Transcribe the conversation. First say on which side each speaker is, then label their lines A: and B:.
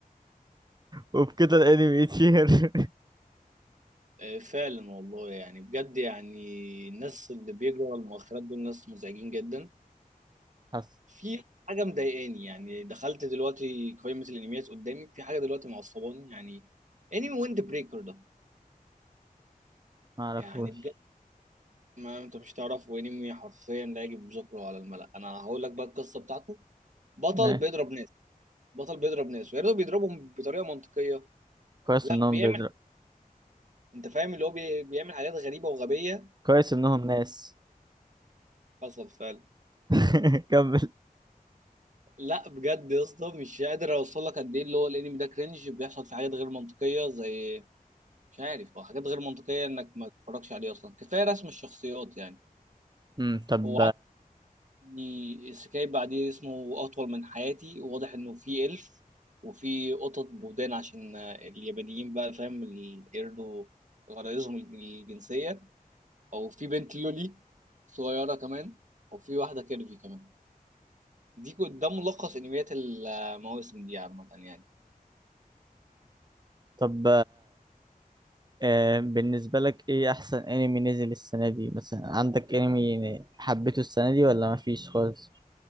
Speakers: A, on the right (about 30°); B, on the right (about 55°).
A: وبكده الانمي يطير
B: آه، فعلا والله يعني بجد يعني الناس اللي بيجروا على المؤخرات دول ناس مزعجين جدا
A: <laughs> حصل
B: في حاجة مضايقاني يعني دخلت دلوقتي قائمة الانميات قدامي في حاجة دلوقتي معصباني يعني انمي ويند بريكر ده
A: ما اعرفوش
B: يعني بجد ما انت مش تعرفه انمي حرفيا لا يجب ذكره على الملأ انا هقول لك بقى القصة بتاعته بطل
A: ماشي
B: بيضرب ناس بطل بيضرب ناس ويا ريته بيضربهم بطريقة منطقية
A: كويس
B: لا
A: انهم
B: بيعمل
A: بيضرب
B: انت فاهم اللي هو بي- بيعمل حاجات غريبة وغبية
A: كويس انهم ناس
B: وحصل فعلا
A: <laughs> كمل
B: لا بجد يا اسطى مش قادر اوصل لك قد ايه اللي هو الانمي ده كرنج بيحصل في حاجات غير منطقيه زي مش عارف هو حاجات غير منطقيه انك ما تتفرجش عليه اصلا كفايه رسم الشخصيات يعني
A: امم طب
B: هو عندي سكاي بعديه اسمه اطول من حياتي واضح انه في الف وفي قطط بودان عشان اليابانيين بقى فاهم ال- يرضوا غرايزهم الجنسيه او في بنت لولي صغيره كمان وفي واحده كيرفي كمان دي ده ملخص انميات المواسم دي عامه يعني
A: طب آه، بالنسبة لك ايه احسن انمي نزل السنة دي مثلا عندك انمي حبيته السنة دي ولا مفيش خالص